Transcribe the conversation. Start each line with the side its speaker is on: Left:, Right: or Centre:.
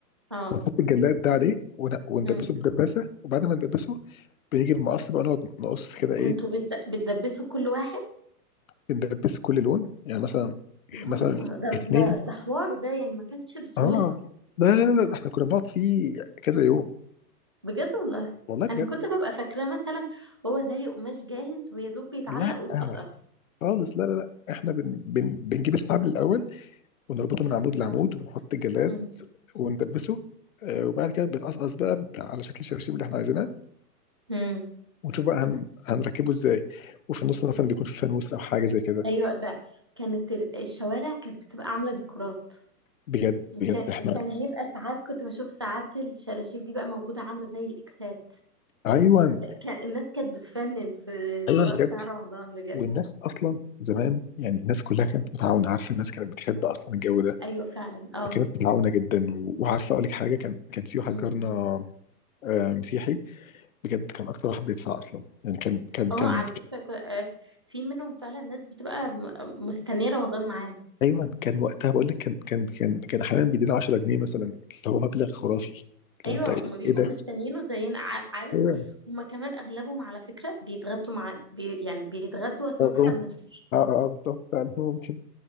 Right: اه
Left: ونحط الجلاد ده عليه ون- وندبسه
Right: مم.
Left: بدباسه وبعد ما ندبسه بنيجي بمقص بقى نقعد نقص كده ايه
Right: كنتوا بت... بتدبسوا كل واحد
Left: بندبس كل لون يعني مثلا
Right: اه
Left: مثلا
Right: ده
Left: اتنين
Right: ده ده حوار ده يعني ما كانش بسهولة
Left: اه لا لا لا لا، احنا كنا بنقعد فيه كذا يوم
Right: بجد والله
Left: والله بجد
Right: انا كنت ببقى فاكراه مثلا هو زي قماش جاهز ويا دوب بيتعلق
Left: لا
Right: ويتقصقص
Left: آه، خالص لا لا لا احنا بن بن بنجيب الحبل الاول ونربطه من عمود لعمود
Right: اه
Left: ونحط الجلاد
Right: مم.
Left: وندبسه آه، وبعد كده بيتقصقص بقى على شكل الشراشيب اللي احنا عايزينها
Right: مم.
Left: ونشوف بقى هن... هنركبه ازاي وفي النص مثلا بيكون في فانوس او حاجه زي كده
Right: ايوه ده كانت ال- الشوارع كانت بتبقى عامله ديكورات
Left: بجد
Right: وكان
Left: بجد احنا
Right: وكان بيبقى ساعات كنت بشوف ساعات الشراشيب دي بقى موجوده عامله زي الاكسات
Left: ايوه
Right: كان الناس كانت بتفنن في الزواق
Left: ايوه بجد
Right: بتاع رمضان بجد
Left: والناس اصلا زمان يعني الناس كلها كانت متعاونه عارفه الناس كانت بتحب اصلا الجو ده
Right: ايوه فعلا اه
Left: كانت متعاونه جدا و... وعارفه اقول لك حاجه كان كان في واحد
Right: مم.
Left: جارنا آه، مسيحي بجد كان اكتر واحد بيدفع اصلا يعني كان كان
Right: اه
Left: كان
Right: على فكره كو- آه، في منهم فعلا ناس بتبقى م- مستنيه رمضان معانا
Left: ايوه كان وقتها بقول لك كان كان كان كان احيانا بيدينا 10 جنيه مثلا اللي هو مبلغ خرافي لو
Right: ايوه
Left: انت ايه
Right: هما بيبقوا
Left: إيه ده؟
Right: مستنيينه زينا ع- عارف
Left: ايوه
Right: هما كمان اغلبهم على فكره بيتغدوا مع بي يعني بيتغدوا وقت
Left: اه
Right: ما احنا بنفطر
Left: اه آه، بالظبط فعلا ممكن